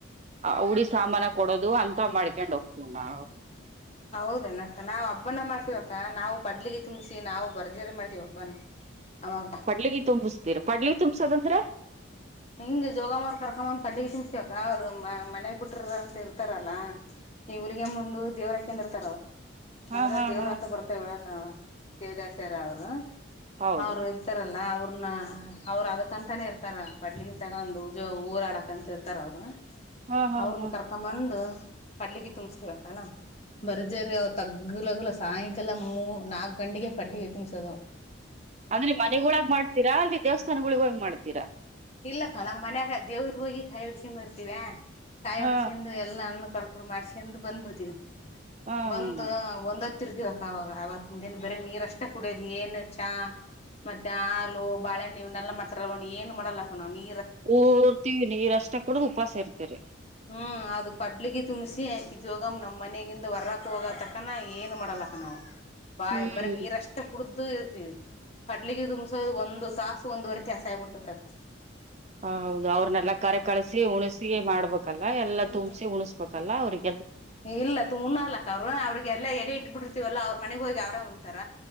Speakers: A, on the right; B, on the left.
A: ಆ ಹುಡಿ ಸಾಮಾನ ಕೊಡೋದು ಅಂತ ಮಾಡ್ಕೊಂಡ್ ಹೋಗ್ತೀವಿ ನ
B: ಹೌದೇನಕ ನಾವವು ಹಬ್ಬನ ಮಾಡ್ತೀವಕ್ಕಾ ನಾವು ಪಡ್ಲಿಗೆ ತುಂಬಸಿ ನಾವು ಭರ್ಜಾರಿ ಮಾಡ್ತೀವ ಹಬ್ಬನ ಅವಾಗ
A: ಪಡ್ಲಗ ತುಂಬಸ್ತೀರ ಪಡ್ಲಿ ತುಂಬಸದಂದ್ರ
B: ಹಿಂಗ ಜೋಗ ಮಾರ್ ಕರ್ಕೊಂದ ಪಂಡಿಗೆ ತುಂಬ್ಸ್ತವಕ್ಕ ಅವ್ರ ಮನೆಗ್ ಬಿಟ್ರ ಅಂತ ಇರ್ತಾರಲ್ಲ ಹುಲ್ಲಿಗೆಮ್ಮಾ ಮುಂದ ದೇವರ ಕೇಂದ್ರ ತಡವ
A: ಹಾ
B: ಅಂದ್ರ
A: ಹಾ
B: ದೇವ್ರ
A: ಹಾ
B: ಅಂತ ಬರ್ತೇವ ಒಳಕ ದೇವದಾಸಾರ ಅವ್ರ
A: ಹೌದು
B: ಅವರು ಇರ್ತಾರಲ್ಲ ಅವ್ರು <unintelligible> ನ್ನ ಅವರು ಅದಕ್ಕಂತಾನೇ ಇರ್ತಾರ ಕೊಡ್ಲಿಗೆ ತಗೊಂದ್ ಉಜೋ ಊರ ಆಡಕ್ ಅಂತ ಇರ್ತಾರ ಅವರು.
A: ಹಾ ಹಾ
B: ಅವ್ರನ್ನ
A: ಹಾ
B: ಕರ್ಕೊಂಬಂದು ಕಡ್ಲಿಗೆ ತುಂಬಸ್ತಿವಕಾನ. ಬರ್ಜರಿ ಅವ ತಗ್ಲಗಲ ಸಾಯಂಕಾಲ ಮೂ ನಾಕ್ ಗಂಟೆಗೆ ಪಡ್ಲಿಗೆ ತುಂಬ್ಸದು.
A: ಅಂದ್ರೆ ಮನೆಗೊಳಾಗ ಮಾಡ್ತೀರಾ ಅಲ್ಲಿ ದೇವಸ್ಥಾನಗಳಿಗೋಗ್ ಮಾಡ್ತೀರಾ.
B: ಇಲ್ಲಕ್ಕ ನಮ್ಮ್ ಮನ್ಯಾಗ ದೇವ್ರಗೋಗಿ ಹೋಗಿ ಕಾಯ್ ಹೊಡಿಸಿಕೊಂಡ ಬರ್ತೀವಾ ಕಾಯಿಡಸ್ಕೊಂಡು
A: ಹಾ
B: ಎಲ್ಲ ಹಣ್ಣು ಕರ್ಪೊ <unintelligible> ಮಾಡ್ಸ್ಕ ಬಂದ್ಬಿಡ್ತೀವಿ
A: ಹಾ
B: ಬಂದ
A: ನಮ್
B: ಒಂದ <unintelligible> ತ್ತರ್ತವಕ್ಕ ಅವಾಗ ಅವತ್ತಿನ್ ದಿನ ಬರೀ ನೀರಷ್ಟೆ ಕುಡ್ಯೋದು ಏನು ಚಾ. ಮತ್ತೆ ಹಾಲು ಬಾಳೆಹ್ಹಣ್ಣು ಇವುನೆಲ್ಲ ಮಾಡ್ತಿರಲ್ಲ ಅವ ಏನ್ ಮಾಡಲ್ಲಕ್ಕ ನವ ನೀ
A: ಪೊರ್ತೀ ನೀರಷ್ಟೆ ಕುಡ್ದು ಉಪವಾಸ ಇರ್ತರಿ.
B: ಹ್ಮ್ ಅದು ಪಡ್ಲಿಗೆ ತುಂಬಸಿ ಅಕಿ ಜೋಗಮ್ಮ ನಮ್ಮ ಮನೆಗಿಂದ ವರಕ್ ಹೋಗತಕನ ಏನ್ ಮಾಡಲಕ್ಕ ನ್ ಬಾ
A: ಹ್ಮ್
B: ಬರ ನೀರಷ್ಟೆ ಕುಡುದ್ <unintelligible> ಇರ್ತೀವಿ ಕಡ್ಲಿಗೆ ತುಂಬಸೋದು ಒಂದು ತಾಸು ಒಂದುವರೆ ತಾಸ ಆಗ್ಬಿಡ್ತ ತಕ್ಕ.
A: ಹ ಹೌದು ಅವ್ರನೆಲ್ಲಾ ಕರೆ ಕಳಸಿ ಉಣಸಿ ಮಾಡ್ಬೇಕಲ್ಲ ಎಲ್ಲಾ
B: ಹ್ಮ್
A: ತುಂಬ್ಸಿ ಉಣಸ್ಬೇಕಲ್ಲ ಅವ್ರಿಗ್.
B: ಇಲ್ಲ ತು ಉಣ್ಣಲಕ್ಕ ಅವ್ರರು ಅವ್ರಿಗೆಲ್ಲ ಎಡೆ ಇಟ್ಬ್ ಬಿಟ್ಟಿರುತ್ತೀವಲ್ಲ ಅವ್ರ ಮನೆಗ್ ಹೋಗಿ ಅವ್ರೇ ಉಂಣ್ತಾರ.